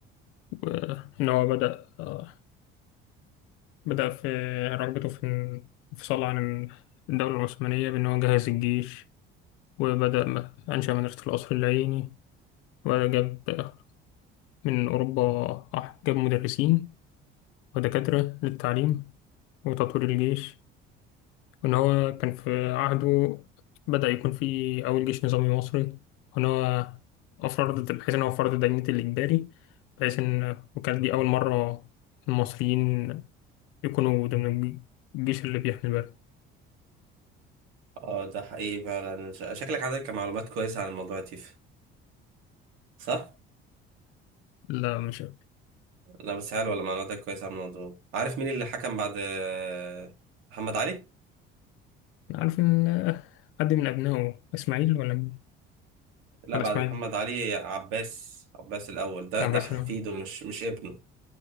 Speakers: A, on the left (about 80°); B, on the right (about 85°).
A: وإن هو بدأ آه، بدأ في رغبته في الانفصال عن الدولة العثمانية بأن هو جهز الجيش وبدأ م- أنشأ مدرسة القصر العيني وجاب آه، من أوروبا آه، جاب مدرسين ودكاترة للتعليم وتطوير الجيش وإن هو كان في عهده بدأ يكون في أول جيش نظامي مصري وإن هو أفرض بحيث إن هو فرض دينة الإجباري بحيث إن وكانت دي أول مرة المصريين يكونوا ضمن الجيش اللي بيحمي البلد
B: اه ده حقيقي فعلا ش- شكلك عندك معلومات كويسة عن الموضوع يا تيف صح؟
A: لا مش أنا
B: لا بس حلوة ولا معلوماتك كويسة عن الموضوع عارف مين اللي حكم بعد آه، محمد علي؟
A: عارف إن حد من أبنائه إسماعيل ولا مين؟
B: لا
A: ولا
B: بعد
A: إسماعيل
B: محمد علي عباس عباس الأول ده
A: عباس
B: ده حفيده
A: لا.
B: مش مش ابنه